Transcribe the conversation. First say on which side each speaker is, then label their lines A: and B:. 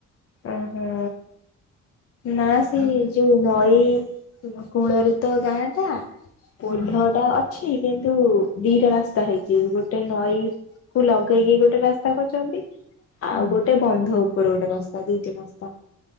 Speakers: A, on the left (about 50°); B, on the left (about 70°).
A: ଓହୋ ନା ସେ
B: ଆଉ
A: ଯୋଉ ନଈ କୂଳରେ ତ ଗାଁ ଟା ପୋଲ
B: ହଁ
A: ଟା ଅଛି କିନ୍ତୁ ଦିଟା ରାସ୍ତା ହେଇଛି, ଗୋଟେ ନଈ କୁ ଲଗେଇକି ଗୋଟେ ରାସ୍ତା କରଛନ୍ତି। ଆଉ
B: ହୁଁ।
A: ଗୋଟେ ବନ୍ଧ ଉପରେ ଗୋଟେ ବସ୍ତା ଦିଟେ ବସ୍ତା